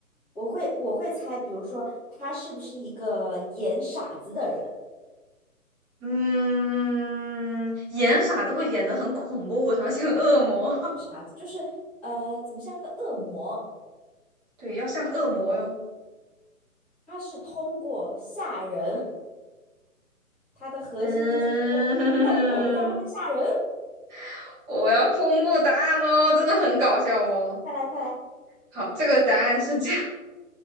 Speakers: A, in the centre; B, on the right.
A: 我会我会猜，比如说他是不是一个演傻子的人？
B: 嗯，演傻子会演的很恐怖，什么像恶魔，
A: 演傻子就是呃，怎么像个恶魔？
B: <laughs> 对，要像恶魔哟。
A: 懂？他是通过吓人，他的核心就是通过颤抖的在后面吓人。
B: 嗯，<laughs> 我要公布答案喽，真的很搞笑哦。
A: 哦，快来快来，笑
B: 好，这个答案是这样